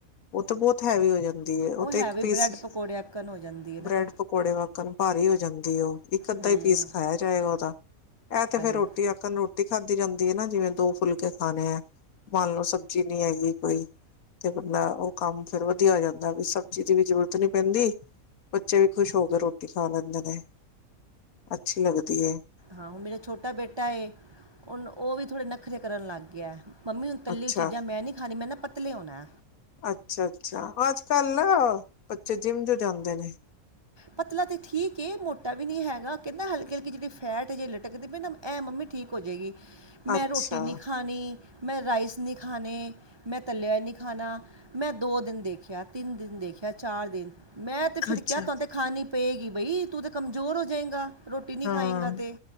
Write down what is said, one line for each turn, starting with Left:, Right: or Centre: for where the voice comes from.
Left: ਉਹ ਤੇ ਬੋਹਤ ਹੈਵੀ ਹੋ ਜਾਂਦੀ ਏ ਉਹ ਤੇ
Right: ਹੈ
Left: ਇੱਕ
Right: ਵੀ
Left: ਪੀਸ
Right: ਬ੍ਰੈਡ
Left: ਹੀ
Right: ਪਕੌੜੇ ਆਕਣ ਹੋ ਜਾਂਦੀ ਹੈ ਨਾ
Left: ਬ੍ਰੈਡ ਪਕੌੜੇ ਵਾਕਣ ਭਾਰੀ ਹੋ ਜਾਂਦੀ ਏ ੳ, ਉਹ ਇੱਕ ਅੱਧਾ
Right: ਹਮ
Left: ਪੀਸ ਖਾਇਆ ਜਾਏਗਾ ਉਹਦਾ, ਇਹ ਤੇ
Right: ਹਾਂਜੀ
Left: ਫੇਰ ਰੋਟੀ <unintelligible> ਰੋਟੀ ਖਾਧੀ ਜਾਂਦੀ ਏ ਨਾ ਜਿਵੇਂ ਦੋ ਫੁਲਕੇ ਖਾਣੇ ਹੈ ਮੰਨ ਲੋਓ ਸਬਜ਼ੀ ਨੀ ਹੈਗੀ ਕੋਈ ਤੇ ਬੰਦਾ ਉਹ ਕੰਮ ਫੇਰ ਵਧੀਆ ਹੋ ਜਾਂਦੇ ਵੀ ਸਬਜ਼ੀ ਦੀ ਵੀ ਜ਼ਰੂਰਤ ਨੀ ਪੈਂਦੀ ਬੱਚੇ ਵੀ ਖੁਸ਼ ਹੋ ਕੇ ਰੋਟੀ ਖਾ ਲੈਂਦੇ ਨੇ, ਅੱਛੀ ਲੱਗਦੀ ਏ
Right: ਹਾਂ ਮੇਰਾ ਛੋਟਾ ਬੇਟਾ ਏ, ਉਹਨੂੰ ਉਹ ਵੀ ਥੋੜ੍ਹੇ ਨਖਰੇ ਕਰਨ ਲੱਗ ਗਿਆ ਮੰਮੀ ਹੁਨ ਤੱਲੀ
Left: ਅੱਛਾ
Right: ਚੀਜ਼ਾਂ ਮੈਂ ਨੀ ਖਾਨੀ, ਮੈਂ ਨਾ ਪਤਲੇ ਹੋਨੇ
Left: ਅੱਛਾ ਅੱਛਾ, ਅੱਜ ਕੱਲ ਨਾ ਬੱਚੇ ਜਿੰਮ ਜੋ ਜਾਂਦੇ ਨੇ
Right: ਪਤਲਾ ਤੇ ਠੀਕ ਏ ਮੋਟਾ ਵੀ ਨਹੀਂ ਹੈਗਾ, ਕਹਿੰਦਾ ਹਲਕੀ ਹਲਕੀ ਜੇਹੜੀ ਫੈਟ ਏ ਜੇ ਲਟਕਦੀ ਪੇ ਨਾ ਇਹ ਮੰਮੀ ਠੀਕ ਹੋ ਜੇਗੀ, ਮੈਂ
Left: ਅੱਛਾ।
Right: ਰੋਟੀ ਨੀ ਖਾਨੀ ਮੈਂ ਰਾਈਸ ਨਹੀਂ ਖਾਨੇ ਮੈਂ ਤੱਲਿਆ ਹੋਆ ਨੀ ਖਾਨਾ ਮੈਂ ਦੋ ਦਿਨ ਦੇਖਿਆ ਤਿੰਨ ਦਿਨ ਦੇਖਿਆ ਚਾਰ ਦਿਨ ਮੈਂ ਤੇ ਫਿਰ
Left: ਅੱਛਾ।
Right: ਕਿਹਾ, ਤੂੰਹਾਨੂ ਤਾਂ ਖਾਣੀ ਪਏਗੀ ਬਈ ਤੂੰ ਤੇ ਕਮਜ਼ੋਰ ਹੋ ਜੈਗਾ ਰੋਟੀ ਨੀ
Left: ਹਾਂ,
Right: ਖਾਏਂਗਾ ਤੇ